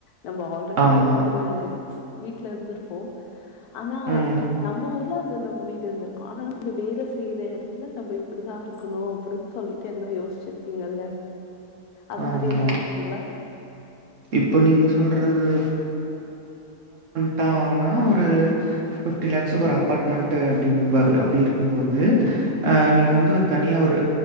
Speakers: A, on the left; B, on the right.
A: நம்ம ஆல்ரெடி
B: ஆமா.
A: ஒரு வீட்டு்ல இருந்துருப்போம் ஆனா
B: ம்.
A: நம்ம ஊர் <unintelligible> நம்ம வீடு ஆனா நம்ம வேலை செய்யற இடத்துல நம்ம இப்படிதான் இருக்கணும் அப்படின்னு சொல்லிட்டு என்ன யோசிச்சிருப்பீங்கல்ல அது
B: ஆமா.
A: மாதிரி எதுனா இருக்குங்களா
B: இப்போ நீங்க சொல்றது <unintelligible> வாங்கினா ஒரு ஃபிப்டி லாக்ஸ்ஸுக்கு ஒரு அப்பார்ட்மெண்ட்ட் அப்படிங்கும் அப்படி இருக்கும்போது ஆஹ்
A: ம்,
B: நீங்க வந்து தனியாக ஒரு